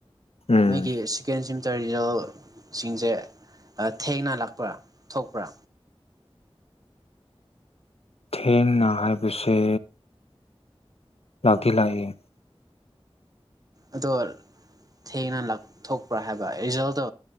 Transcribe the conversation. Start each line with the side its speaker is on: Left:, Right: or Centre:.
Left: ꯎꯝ
Right: ꯅꯣꯏꯒꯤ ꯁꯦꯀꯦꯟ ꯁꯤꯃꯤꯁꯇꯔ ꯐꯤꯔꯣꯜ ꯁꯤꯡꯁꯦ ꯊꯦꯡꯅ ꯂꯛꯄ꯭ꯔꯥ ꯊꯣꯛꯄ꯭ꯔꯥ
Left: ꯊꯦꯡꯅ ꯍꯥꯏꯕꯁꯦ ꯂꯒ ꯂꯑꯌꯦ <unintelligible>
Right: ꯑꯗꯣ ꯊꯦꯡꯅ ꯂꯥꯛꯊꯣꯛꯄ꯭ꯔꯥ ꯍꯥꯏꯕ ꯔꯤꯖꯜꯗꯣ